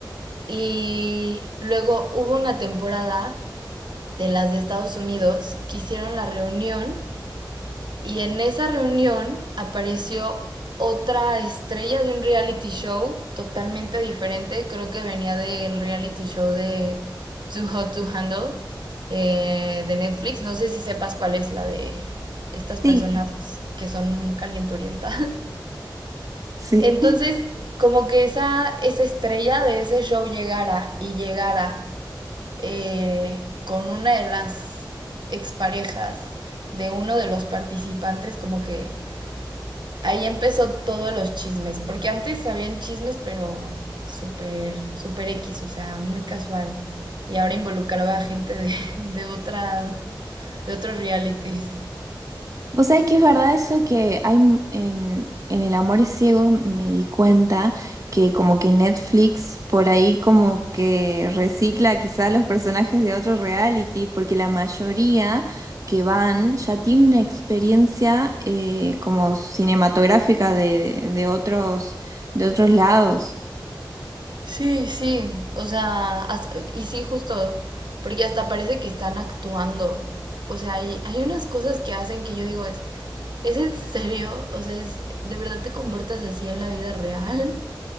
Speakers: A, on the right; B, on the right.
A: Y luego hubo una temporada de las de Estados Unidos que hicieron la reunión y en esa reunión apareció otra estrella de un reality show totalmente diferente. Creo que venía del reality show de Too Hot to Handle eh, de Netflix. No sé si sepas cuál es la de estas personas
B: Sí,
A: que son calienturientas. <laughs>
B: sí.
A: Entonces, como que esa, esa estrella de ese show llegara y llegara eh, con una de las exparejas de uno de los participantes, como que ahí empezó todos los chismes, porque antes habían chismes, pero súper, súper X, o sea, muy casual. Y ahora involucraba a gente de, <laughs> de otras, de otros realities.
B: Vos sabés que es verdad eso que hay m- en, en El amor es ciego, me di cuenta que como que Netflix por ahí como que recicla quizá los personajes de otro reality, porque la mayoría que van ya tienen una experiencia eh, como cinematográfica de, de otros, de otros lados.
A: Sí, sí, o sea, as- y sí, justo, porque hasta parece que están actuando. O sea, hay, hay unas cosas que hacen que yo digo, es, ¿es en serio? O sea, es, ¿de verdad te comportas así en la vida real?